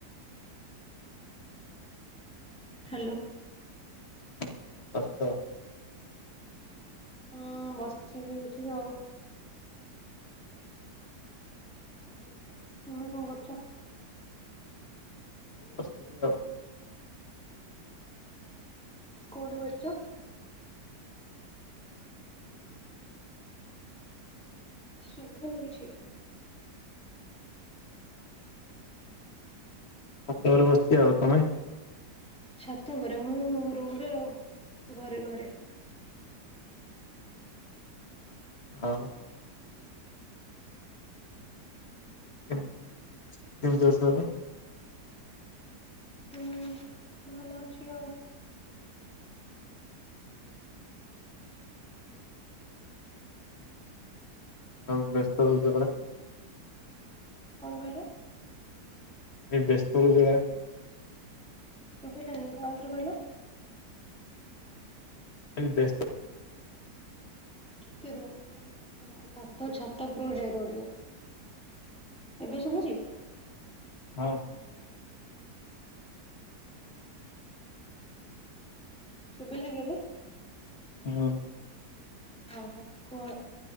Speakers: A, on the left; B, in the centre.
A: ଆଛ
B: ହ୍ୟାଲୋ
A: <unintelligible>
B: ହଁ ବସିଛି ବି ଏଠି ଆଉ।
A: ହୁ, ହଁ, ହଁ।
B: ତମେ କଣ କରୁଛ?
A: ବସିଥିଲି ଆଉ।
B: କଉଠି ବସିଚ?
A: ଉପରେ
B: ଶୁଭନି କିଛି।
A: ଛାତରେ ବସିଛି ଆଉ, ତମେ?
B: ଛାତ ପରେ ମୁଁ ରୁମରେ ଆ ଘରେ ଘରେ।
A: ହଉ। କେମ କେମିତି ଅଛ ଏବେ?
B: ହୁଁ ଭଲ ଅଛି ଆଉ।
A: ଆଉ ବ୍ୟସ୍ତ ରହୁଛ <unintelligible>
B: କଣ କହିଲ?
A: ବ୍ୟସ୍ତ ରହୁଚ କା?
B: ସୁଭିଲାଣି, ଆଉଥରେ କହିଲ?
A: <inaudible>
B: ଟିକେ ରୁହ ମୁଁ ଛାତ ଛାତ ଉପରକୁ ଯାଏ ରୁହ ଟିକେ। ଏବେ ଶୁଭୁଛି?
A: ହଁ।
B: ଶୁଭିଲା କି ଏବେ?
A: ହୁଁ।
B: ହଁ ହଁ କୁହ